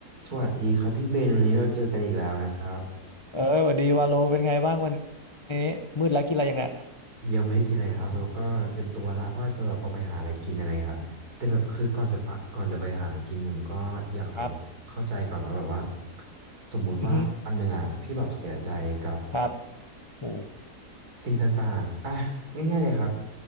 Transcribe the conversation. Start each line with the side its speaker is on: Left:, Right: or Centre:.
Right: สวัสดีครับพี่เบนวันนี้เราเจอกันอีกแล้วนะครับ
Left: เอ้ยสวัสดีวาโลเป็นไงบ้างวันนี้มืดแล้วกินอะไรยังเนี่ย
Right: ยังไม่ได้กินอะไรครับแล้วก็เตรียมตัวละว่าจะแบบออกไปหาอะไรกินอะไรครับแต่แบบคือก่อนจะปะก่อนจะไปหาอะไรกินผมก็อยากแบบเข้าใจก่อนว่าแบบว่า
Left: ครับ
Right: สมมุติว่าวันหนึ่งอ่ะพี่แบบเสียใจกับ
Left: อือฮึครับโอ้
Right: สิ่งต่างๆอ่ะง่ายๆเลยครับ